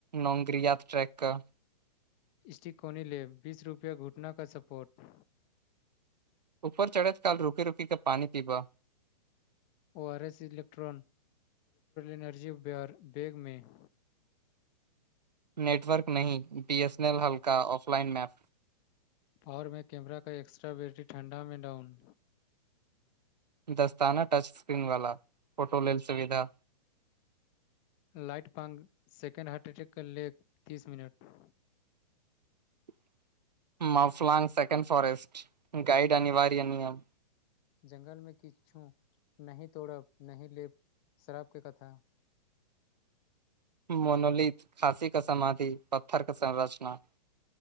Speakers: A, on the right; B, on the left.
A: नगरिया ट्रक
B: स्टीक कोॉनी ले बीस रुपआ घुटना क सपोर्ट
A: ऊपर चढ़ैत काल रुकि रुकि कऽ पानि पीबा
B: ओ आरएस इलेक्ट्रॉन एनर्जी बैगमे <unintelligible>
A: नेटवर्क नहिं बीएसएनएल हल्का ऑफलाइन मैप
B: पावरमे कैमरा क एक्स्ट्रा बैटरी ठण्डा में डाउन
A: दस्ताना टच स्क्रीन वाला फोटो लेल सुविधा
B: लाइट पांग सेकंड हार्ट अटैक कर ले तीस मिनट
A: <inaudible> मफलांग सेकं फारेस्ट गैड अनिवार्य नियम
B: जंगल मे किछु नहि तोड़ब नहि लेब शराबके कथा
A: <inaudible> मनोलित खााँसी का समाधि पत्थर क संरचना